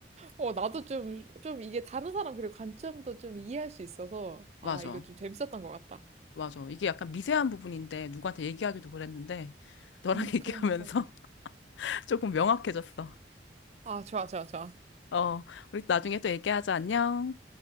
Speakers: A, on the right; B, on the left.
A: 어, 나도 좀, 좀 이게 다른 사람 그리고 관점도 좀 이해할 수 있어서,
B: 맞아,
A: 아, 이거 좀 재밌었던 것 같다.
B: 맞아. 이게 약간 미세한 부분인데 누구한테 얘기하기도 그랬는데 너랑
A: 음,
B: <laughs> 얘기하면서
A: 그러니까.
B: 조금 명확해졌어.
A: 아, 좋아, 좋아, 좋아.
B: 어, 우리 나중에 또 얘기하자. 안녕.